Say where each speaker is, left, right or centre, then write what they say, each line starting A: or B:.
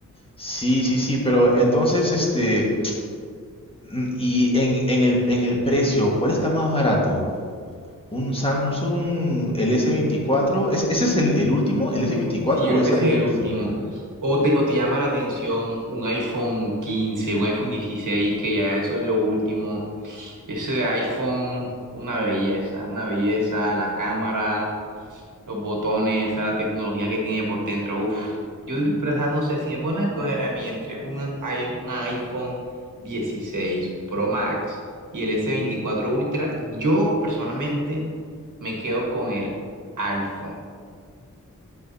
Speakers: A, on the left; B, on the right.
A: sí, sí, sí, pero entonces, este, mm, y en, en el, en el precio, ¿cuál está más barato? ¿Un Samsung el S24? ¿Es- ¿Ese es el, el último? ¿El S24
B: Sí, yo
A: o
B: creo
A: es
B: que
A: iOS
B: ese es
A: 25?
B: el último. O te, o te llama la atención un iPhone 15, un iPhone 16 que ya eso es lo último. Ese iPhone, una belleza, una belleza, la cámara. los botones, a la tecnología que tiene por dentro. Uf, yo en verdad no sé si me ponen a escoger a mí entre un, i- un iPhone dieciséis Pro Max y el s veinticuatro Ultra, yo personalmente me quedo con el iPhone.